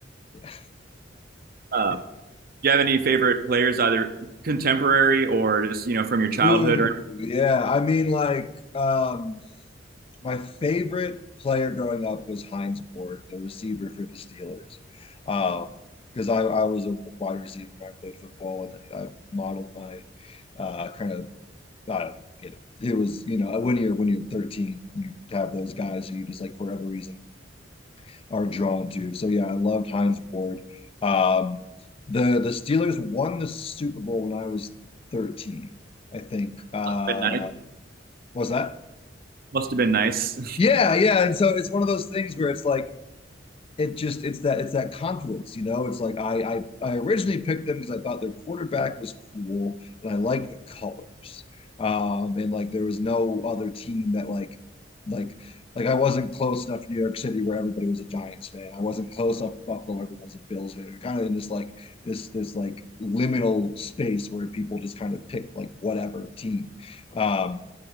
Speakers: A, on the left (about 30°); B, on the right (about 55°).
A: Yeah.
B: Uh,
A: Yeah.
B: do you have any favorite players, either contemporary or just, you know, from your childhood
A: Ooh,
B: or
A: yeah. I mean, like, um, my favorite player growing up was Heinz Ward, the receiver for the Steelers. Um, because I, I was a wide receiver when I played football, and I modeled my uh, kind of I don't know, you know, it was, you know, when you're when you're 13, you have those guys who you just like for whatever reason are drawn to. So yeah, I loved Heinz Ward. Um, the the Steelers won the Super Bowl when I was 13, I think. Uh,
B: must have been nice?
A: was that?
B: Must have been nice.
A: Yeah, yeah. And so it's one of those things where it's like it just it's that it's that confluence, you know. It's like I I, I originally picked them because I thought their quarterback was cool and I liked the colors. Um, and like there was no other team that like like like I wasn't close enough to New York City where everybody was a Giants fan. I wasn't close enough to Buffalo where everyone was a Bills fan. We are kind of in this like this this like liminal space where people just kind of picked like whatever team. Um,